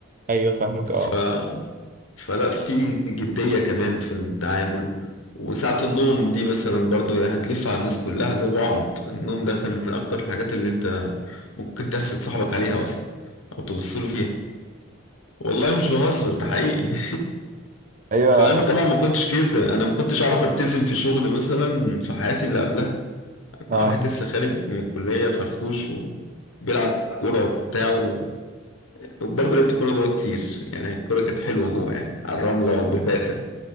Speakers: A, on the right (about 40°); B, on the left (about 75°).
A: ايوه فاهمك
B: ف...
A: اه
B: فلا في جدية كمان في التعامل وساعة النوم دي مثلا برضو هتلف على الناس كلها زي بعض النوم ده كان من أكتر الحاجات اللي انت ممكن تحسد صاحبك عليها أصلا أو تبص له فيها والله مش بهزر ده حقيقي <laughs>
A: ايوه
B: فانا طبعا ما كنتش كده انا ما كنتش اعرف التزم في شغل مثلا في حياتي اللي قبلها
A: اه
B: انا واحد لسه خارج من الكليه فرفوش وبيلعب كوره وبتاع و- وبرضه لعبت كوره جوه كتير يعني الكوره كانت حلوه جوه يعني على الرمله وبالباته